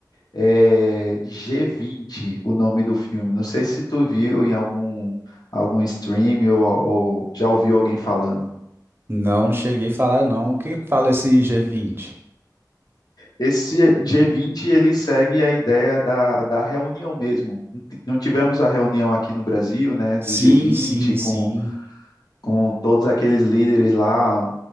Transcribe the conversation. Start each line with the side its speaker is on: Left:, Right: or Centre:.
Left: é G20, o nome do filme. Não sei se tu viu em algum, algum stream ou, ou já ouviu alguém falando.
Right: Não cheguei a falar, não. O que que fala esse G20?
Left: Esse G20 ele segue a ideia da, da reunião mesmo. Não tivemos a reunião aqui no Brasil, né,
Right: Sim,
Left: do G20
Right: sim,
Left: com,
Right: sim.
Left: com todos aqueles líderes lá